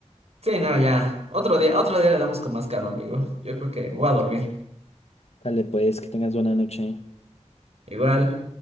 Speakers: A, on the right; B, on the left.
A: Sí, no, ya. Otro día, otro día le damos con más calma, amigo. Yo creo que voy a dormir.
B: Dale pues, que tengas buena noche.
A: Igual.